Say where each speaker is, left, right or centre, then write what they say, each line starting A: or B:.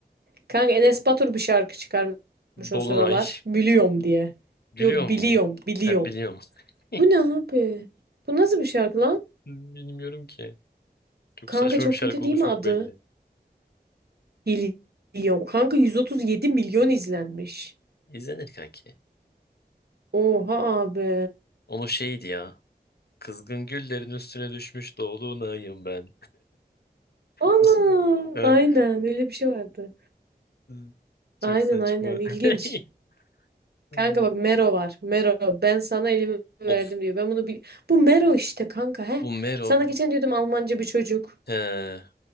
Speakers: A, on the right (about 75°); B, on the left (about 75°).
A: Kanka Enes Batur bir şarkı çıkarmış
B: Dolunay.
A: o sıralar. Biliyorum diye.
B: Gülüyor
A: Yok
B: mu?
A: biliyorum biliyorum.
B: Ha biliyorum. <laughs>
A: Bu ne abi? Bu nasıl bir şarkı lan?
B: Bilmiyorum ki. Çok
A: Kanka
B: saçma
A: çok
B: bir şarkı
A: kötü değil
B: olduğu
A: mi
B: çok
A: adı?
B: belli.
A: Biliyorum. Kanka 137 milyon izlenmiş.
B: İzlenir kanki.
A: Oha abi.
B: Onu şeydi ya. Kızgın güllerin üstüne düşmüş dolunayım ben.
A: Ana.
B: <laughs>
A: Aynen
B: Ha,
A: öyle bir şey vardı.
B: hı. Çok
A: Aynen
B: saçma.
A: aynen ilginç.
B: <laughs> Ay.
A: Kanka bak Mero var. Mero ben sana elimi verdim
B: Of.
A: diyor. Ben bunu bil... Bu Mero işte kanka he.
B: Bu Mero.
A: Sana geçen
B: bu-
A: diyordum Almanca bir çocuk.
B: He,